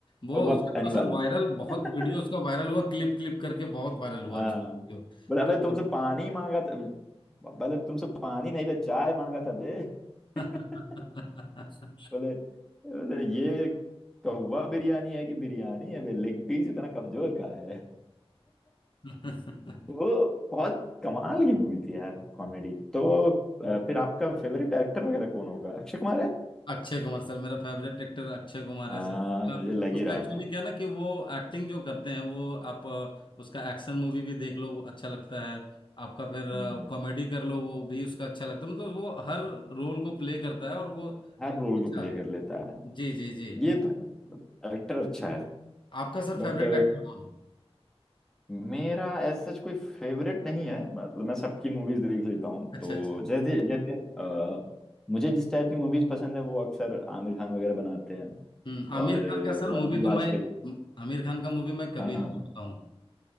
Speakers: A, on the left (about 50°); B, in the centre.
A: वो
B: कौवा
A: उसका
B: बनाने
A: तो सर
B: वाला
A: वायरल बहुत
B: <laughs>
A: वीडियो उसका वायरल हुआ क्लिप क्लिप करके बहुत वायरल हुआ
B: हाँ
A: उसका वीडियो
B: बोला अबे
A: कब
B: तुमसे पानी मांगा था बोले तुमसे पानी नहीं बे चाय मांगा था बे
A: बिरयानी
B: <laughs> बोले बोले ये कौवा बिरयानी है कि बिरयानी है बे लेग पीस इतना कमजोर का है
A: <laughs>
B: वो बहुत कमाल की मूवी थी यार कॉमेडी तो अ, फिर आपका फेवरेट एक्टर वगैरह कौन होगा अक्षय कुमार है
A: अक्षय कुमार सर मेरा फेवरेट एक्टर अक्षय कुमार
B: हाँ
A: है सर
B: मुझे लग ही
A: उसका
B: रहा
A: एक्चुअली
B: था
A: क्या है ना कि वो एक्टिंग जो करते हैं वो आप अ, उसका एक्शन मूवी भी देख लो वो अच्छा लगता है आपका फिर
B: हम्म
A: कॉमेडी कर लो वो भी उसका अच्छा लगता है मतलब वो हर रोल को प्ले करता है और वो
B: हर रोल
A: अच्छा
B: को प्ले कर लेता है
A: जी जी जी
B: ये तो है एक्टर अच्छा है
A: आपका सर
B: बट
A: फेवरेट एक्टर कौन है
B: मेरा एज सच कोई फेवरेट नहीं है मतलब मैं सबकी मूवीज देख लेता हूँ
A: अच्छा
B: तो
A: अच्छा
B: जैसे जैसे अ, मुझे जिस टाइप की मूवीज पसंद है वो अक्सर आमिर खान वगैरह बनाते हैं
A: हम्म
B: और
A: आमिर
B: अ,
A: खान का सर
B: मरने
A: मूवी तो
B: वाजपेयी
A: मैं आमिर खान का मूवी मैं कभी
B: हाँ
A: नहीं छूटता हूँ।